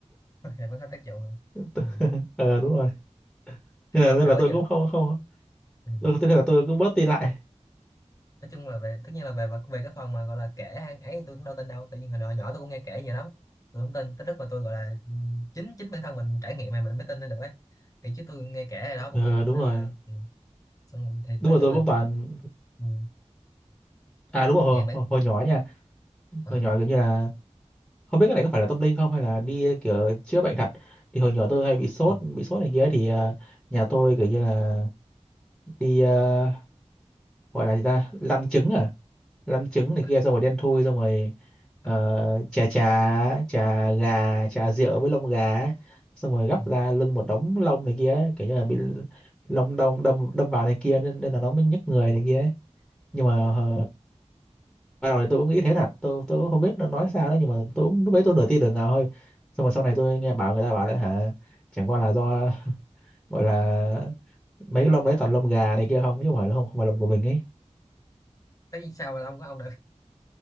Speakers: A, on the left (about 30°); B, in the centre.
A: thì mới hết tác dụng rồi.
B: <laughs>
A: ừ.
B: ờ đúng rồi
A: kiểu
B: nên là,
A: có
B: nên
A: kiểu
B: là
A: có nhìn
B: tôi cũng không không
A: ừ.
B: tôi, tôi là tôi cũng bớt đi lại
A: nói chung là về tất nhiên là về về cái phần mà gọi là kể hay ấy thì tôi cũng đâu tin đâu tại vì hồi nhỏ nhỏ tôi cũng nghe kể nhiều lắm tôi không tin tới lúc mà tôi gọi là ừ, chính chính bản thân mình trải nghiệm mà mình mới tin lên được ấy thì chứ tôi nghe kể này đó cũng
B: ờ
A: nhiều lắm
B: đúng
A: nên
B: rồi
A: là ừ. Xong thì nói
B: đúng rồi
A: chung
B: tôi
A: là
B: cũng toàn
A: ừ.
B: à đúng rồi hồi,
A: dạng bản
B: hồi, hồi nhỏ ấy nha
A: ờ,
B: hồi nhỏ kiểu như là không biết cái này có phải là tâm linh không hay là đi kiểu chữa bệnh thật thì hồi nhỏ tôi hay bị sốt
A: ừ.
B: bị sốt này kia ấy, thì ờ, nhà tôi kiểu như là đi ờ, gọi là gì ta lăn trứng à lăn trứng này
A: Nên-
B: kia xong rồi đen thui xong rồi
A: ờ,
B: ờ, chà chà chà gà chà rượu với lông gà ấy. xong rồi gắp
A: ừ.
B: ra lưng một đống lông này kia ấy. kiểu như là bị lông đâm đâm đâm vào này kia nên nên là nó mới nhức người này kia ấy. nhưng mà ờ, ban đầu thì tôi cũng nghĩ thế thật tôi tôi cũng không biết nó nói sao đó nhưng mà tôi cũng lúc đấy tôi nửa tin nửa ngờ thôi xong rồi sau này tôi nghe bảo người ta bảo đấy hả chẳng qua là do gọi là mấy cái lông đấy toàn lông gà này kia không chứ không phải là không, không phải lông của mình ấy
A: tất nhiên sao mà ông có ông đã